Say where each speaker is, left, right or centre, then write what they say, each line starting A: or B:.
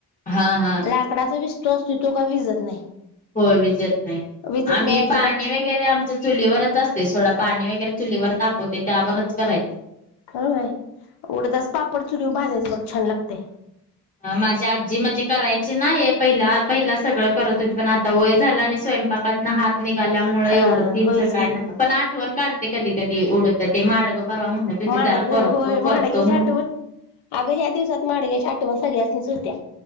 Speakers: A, on the left; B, on the left.
A: हा हा
B: लाकडाचा विस्तो असतो तो का विजत नाही.
A: होय विजेत नाही
B: विजत
A: आम्ही
B: नाही अजिबात
A: पाणी वग वगैरे आमच्या चुलीवरच असते थोडा पाणी वगैरे चुलीवर तापवते त्यावरच करायच.
B: हय उडदाच पापड चुली वरभाजायच बघ छान लागतय.
A: माझी आजी म्हणजे करायची नाही पहिला पहिला सगळं करत होते पण आता वय झालं आणि स्वयंपाकात ना हात. निघाल्यामुळे
B: हा
A: एवढं तिचं
B: होयच
A: काय
B: की
A: नाही पण आठवण काढते कधी कधी उडत ते माडगं. परवा म्हणत होती
B: माडग
A: जरा करतो
B: होय माडग्याची
A: करतो म्हणून
B: आठवण अगं ह्या दिवसात माडग्याच्या आठवण सगळ्या. सुत्या.